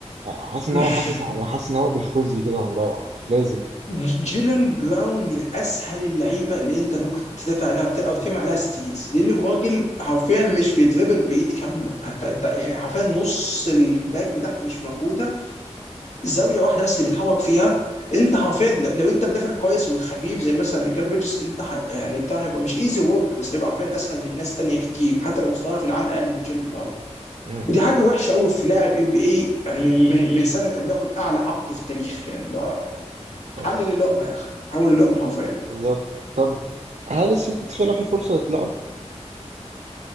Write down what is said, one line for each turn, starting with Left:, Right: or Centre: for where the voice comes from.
Right: حاسس
Left: <laughs>
Right: إن هو حاسس يعني حاسس إن هو بالخزي كده وهو مروح لازم
Left: جيلن براون من اسهل اللعيبه اللي انت ممكن تدافع عليها وت- او تعمل عليها ستيلز لان الراجل حرفيا مش بيدربل بايد كامله انت انت يعني حرفيا نص الباك بتاعته مش موجوده زاويه واحده بس اللي بيتحرك فيها انت حرفيا لو لو انت مدافع كويس وخفيف زي مثلا ميكال بيرجز انت ح... يعني انت هيبقى مش ايزي ورك بس هيبقى عارفين اسهل من ناس تانية كتير حتى لو مستواها في العام اقل من جيل براون
Right: مم.
Left: ودي حاجه وحشه قوي في لاعب ام بي اي يعني من, من من سنه كان بياخد اعلى عقد في التاريخ يعني لو حلل
Right: بس
Left: اللقمه يا اخي حول اللقمه حرفيا
Right: بالظبط طب هل السلتكس فعلا في فرصة يطلعوا؟